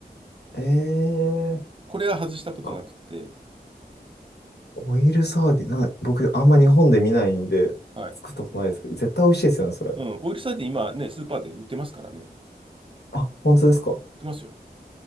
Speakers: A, on the left (about 80°); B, on the right (about 30°).
A: ええなん
B: これは外したことなくって、
A: か、オイルサーディン、な、僕、あんま日本で見ないんで、
B: はい。
A: 作ったことないですけど、絶対美味しいですよね、それ。
B: うん、オイルサーディン今ね、スーパーで売ってますからね。売
A: あ、本当ですか。
B: ってますよ。